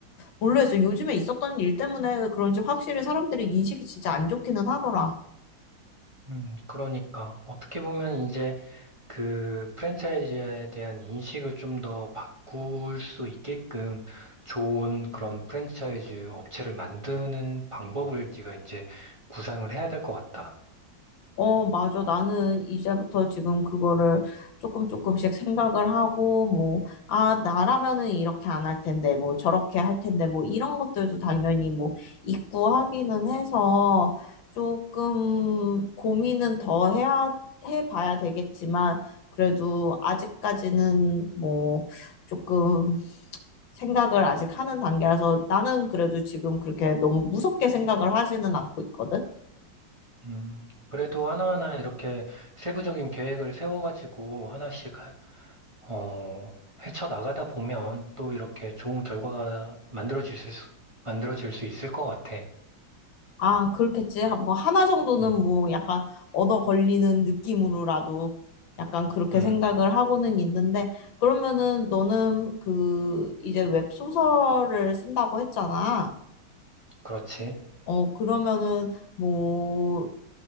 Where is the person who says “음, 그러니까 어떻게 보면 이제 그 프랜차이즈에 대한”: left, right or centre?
Right